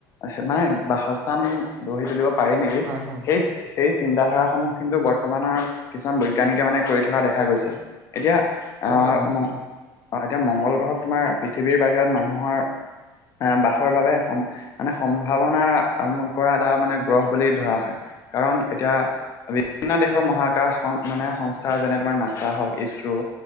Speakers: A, on the left; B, on the right.
A: সেই নাই, মানে বাসস্থান', গঢ়ি তুলিব পাৰি নেকি?
B: হয় হয়
A: সেই চি', সেই চিন্তাধাৰাসমূহ কিন্তু বৰ্তমানৰ কিছুমান বৈজ্ঞানিকে মানে কৰি থকা দেখা গৈছে', এতিয়া
B: হয়
A: আহ
B: হয় নিশ্চিত
A: মং', এতিয়া মংগল গ্ৰহক তোমাৰ পৃথিৱীৰ বাহিৰত মানুহৰ', আহ', বাসৰ বাবে সম মানে সম্ভাৱনা আম', কৰা এটা মানে গ্ৰহ বুলি ধৰা হয় কাৰণ এতিয়া', বিভিন্ন দেশৰ মহাকাশ সং', মানে সংস্থা যেনে তোমাৰ নাছা, হওঁক ইছৰো',